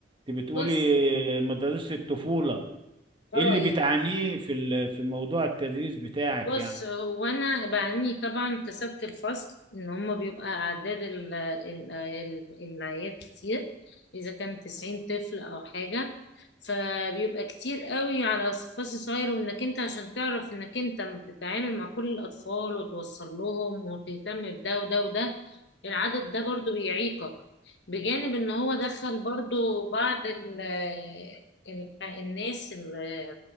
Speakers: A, on the right; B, on the left.
A: انت بتقولي
B: بص
A: مدارس الطفولة
B: اه
A: ايه اللي
B: يعني
A: بتعانيه في ال... في موضوع التدريس بتاعك
B: بص
A: يعني
B: هو انا بعني طبعا كسبت الفصل ان هم بيبقى اعداد ال- ال- ال- العيال كتير اذا كان 90 طفل او حاجه فبيبقى كتير قوي على فصل صغير وانك انت عشان تعرف انك انت بتتعامل مع كل الاطفال وتوصل لهم وتهتم بده وده وده العدد ده برضو بيعيقك بجانب ان هو دخل برضو بعض ال- ال- الناس اللي